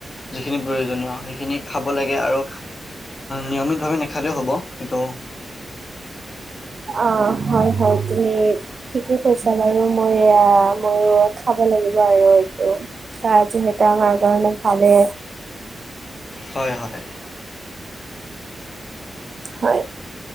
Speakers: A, on the left; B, on the right.
A: যিখিনি প্ৰয়োজনীয় সেইখিনি খাব লাগে আৰু নিয়মিত ভাৱে নাখালেও হ'ব সেইটো
B: অ হয় হয় তুমি ঠিকে কৈছা বাৰু মই ময়ো খাব লাগিব আৰু এইটো বা যিহেতু আমাৰ কাৰণে ভালে
A: হয় হয়
B: হয়